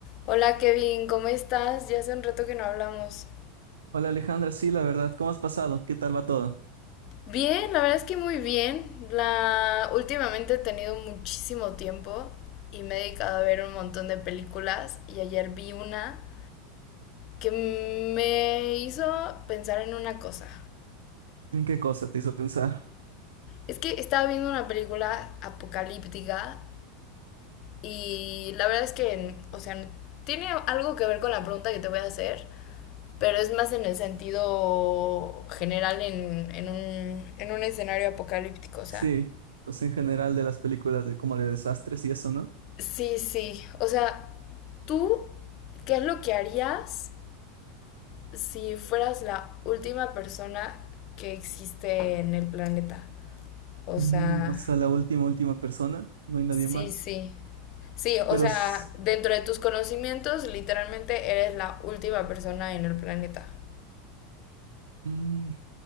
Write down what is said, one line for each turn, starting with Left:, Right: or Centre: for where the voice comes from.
Left: Hola Kevin, ¿cómo estás? Ya hace un rato que no hablamos.
Right: Hola Alejandra, sí, la verdad, ¿cómo has pasado? ¿Qué tal va todo?
Left: Bien, la verdad es que muy bien. La últimamente he tenido muchísimo tiempo y me he dedicado a ver un montón de películas y ayer vi una que me hizo pensar en una cosa.
Right: ¿En qué cosa te hizo pensar?
Left: Es que estaba viendo una película apocalíptica y la verdad es que, o sea, tiene algo que ver con la pregunta que te voy a hacer, pero es más en el sentido general en, en, un, en un escenario apocalíptico.
Right: Sí,
Left: O sea,
Right: o sea, en general de las películas de como de desastres y eso, ¿no?
Left: sí, sí. O sea, tú, ¿qué es lo que harías si fueras la última persona que existe en el planeta? O
Right: Mm,
Left: sea,
Right: o sea, la última, última persona, no hay nadie
Left: sí,
Right: más.
Left: sí. Sí, o
Right: Pero,
Left: sea,
Right: s-
Left: dentro de tus conocimientos, literalmente eres la última persona en el planeta.
Right: mm,